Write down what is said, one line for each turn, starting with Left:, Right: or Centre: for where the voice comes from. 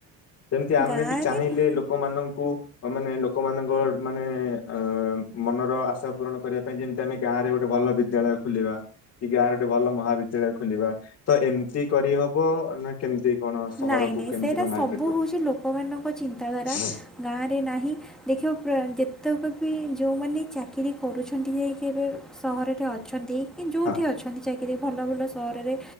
Left: ଯେମିତି ଆମେ
Centre: ଗାଁରେ
Left: ବି ଚାହିଁଲେ ଲୋକମାନଙ୍କୁ ମାନେ ଲୋକମାନଙ୍କ ମାନେ ଅ ମନର ଆଶା ପୂରଣ କରିବା ପାଇଁ ଯେମିତି ଆମେ ଗାଁ ରେ ଗୋଟେ ଭଲ ବିଦ୍ୟାଳୟ ଖୋଲିବା। କି ଗାଁରେ ଗୋଟେ ଭଲ ମହାବିଦ୍ୟାଳୟ ଖୋଲିବା ତ ଏମିତି କରିହବ ନା କେମିତି? କଣ ସହରକୁ
Centre: ନାଇଁ ନାଇଁ
Left: କେମିତି
Centre: ସେଇଟା
Left: କଣ ମାଇଗ୍ରେଟ
Centre: ସବୁ
Left: କରିବ?
Centre: ହଉଛି ଲୋକମାନଙ୍କ ଚିନ୍ତାଧାରା
Left: ହଁ
Centre: ଗାଁରେ ନାହିଁ। ଦେଖିବ ପ୍ରା ଯେତେକ ବି ଯେଉଁମାନେ ଚାକିରି କରୁଛନ୍ତି ଯାଇକି ଏବେ ସହରରେ ଅଛନ୍ତି। କି ଯେଉଠି
Left: ହଁ
Centre: ଅଛନ୍ତି ଚାକିରି ଭଲ ଭଲ ସହରରେ